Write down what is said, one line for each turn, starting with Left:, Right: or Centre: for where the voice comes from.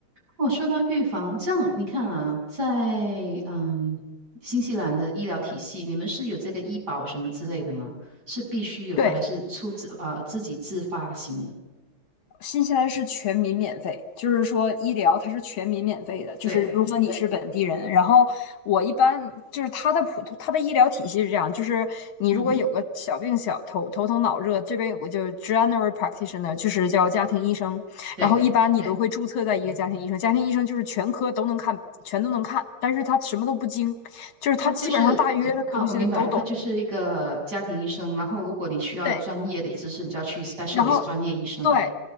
Right: 哦，说到预防，这样你看啊，在嗯新西兰的医疗体系，你们是有这个医保什么之类的吗？是必须有的，
Left: 对。
Right: 还是出自呃自己自发型的？
Left: 新西兰是全民免费，就是说医疗它是全民免费的，就是如果你是本地人，
Right: 对，
Left: 然后我一般就是它的普通它的医疗体系是这样，就是你如果有个小病小头头疼脑热，
Right: 嗯哼，
Left: 这边有个就 general practitioner，就是叫家庭医生，
Right: 对，
Left: 然后一般你都会注册在一个家庭医生，家庭医生就是全科都能看，全都能看，但是他什么都不精，就是他基本上大约的东西都懂。
Right: 他就是啊，我明白，他就是一个家庭医生，然后如果你需要专业的医师，
Left: 对，
Right: 你就要去 specialist
Left: 然后，
Right: 专业医生。
Left: 对